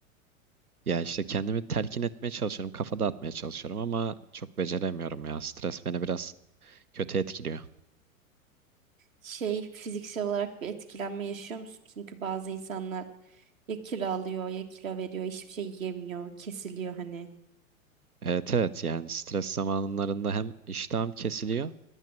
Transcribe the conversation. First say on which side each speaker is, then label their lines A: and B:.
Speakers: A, on the right; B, on the right.
A: Ya işte kendimi telkin etmeye çalışıyorum, kafa dağıtmaya çalışıyorum ama çok beceremiyorum ya. Stres beni biraz kötü etkiliyor.
B: Şey fiziksel olarak bir etkilenme yaşıyor musun? Çünkü bazı insanlar ya kilo alıyor ya kilo veriyor hiçbir şey yemiyor kesiliyor hani.
A: Evet evet yani stres zamanlarında hem iştahım kesiliyor